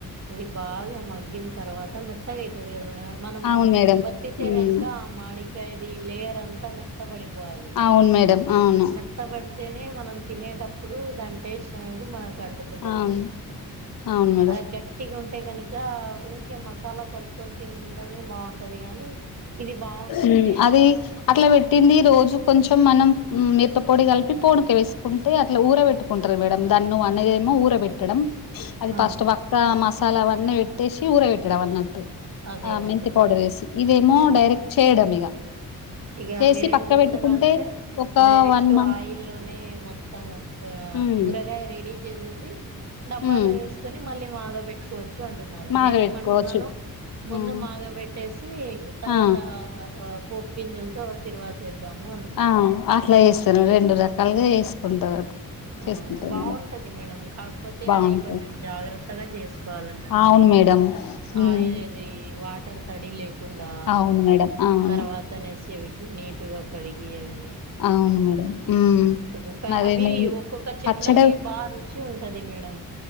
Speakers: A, on the right (about 50°); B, on the left (about 70°).
A: అవి బాగా మగ్గిన తర్వాత మెత్తగయితది కదా మనము
B: అవును మేడం
A: ఒత్తితే
B: ఉమ్
A: గనక మాడికాయది లేయర్ అంతా మెత్తబడిపో పోవాలి
B: అవును మేడం అవును
A: మెత్తబడి తినే మనం తినేటప్పుడు దాని టేస్ట్ అనేది మనకు కంటుకుంటది
B: అవును
A: అన్నట్టు
B: అవును మేడం
A: అది గట్టిగా ఉంటే కనుక ఇగ ఊకే మసాలా కలుపుకొని తినడమే బాగుంటది కానీ ఇది బాగుండదు
B: మ్మ్
A: టేస్ట్
B: అది అట్లా పెట్టింది రోజు కొంచెం మనం మిరప పొడి కలిపి పూనిక వేసుకుంటే అట్లా ఊర పెట్టుకుంటది మేడం దాన్ నువ్ అన్నదె మో ఊర పెట్టడం అది
A: ఆ
B: ఫస్ట్ వక్క మసాలా వన్న పెట్టేసి ఊర పెట్టడం అన్నట్టు
A: అదే
B: ఆ మెంతి
A: అదే
B: పౌడర్
A: మేడం
B: యేసి ఇదే డైరెక్ట్ చేయడం ఇగ
A: ఇగ
B: చేసి
A: మీరేం
B: పక్క
A: చెప్తున్నారంటే
B: పెట్టుకుంటే ఒక
A: డైరెక్ట్
B: వన్ మంత్
A: ఆయిల్ లోనే మొత్ త్తము
B: ఉమ్
A: ఊరగాయ రెడీ చేసేసి డబ్బాలో
B: ఉమ్
A: వేసుకొని మళ్ళీ మాగ పెట్టుకోవచ్చు అంటున్నారు
B: మాగ
A: నేనేమంటున్నాను
B: పెట్టుకోవచ్చు
A: ముందు
B: ఉమ్
A: మాగాబెట్టేసి తర్వాత
B: ఆ
A: పోప్పు గింజెల్తో తిరువాత వేద్దాము అని అంటున్నాను
B: ఆ అట్లా చేస్తారు రెండు రకాలుగా చేసుకుంటారు చేసుకుంటారు
A: అవును బాగుంటది
B: మేడం
A: మేడం కాకపోతే
B: బాగుంటాయి
A: అది కొంచెం జాగ్రత్తగా చేసుకోవాలన్నట్టు
B: అవును మేడం ఉమ్,
A: ఆయిలేది వాటర్ తడి లేకు కుండా
B: అవును మేడం అవును
A: తర్వాత నేసివికి నీటుగా కడిగివి
B: అవును మేడం ఉమ్,
A: ఒక
B: మరి
A: అవి
B: మేము
A: ఓ చెట్లవి
B: పచ్చడి
A: బాగా రుచి ఉంటది మేడం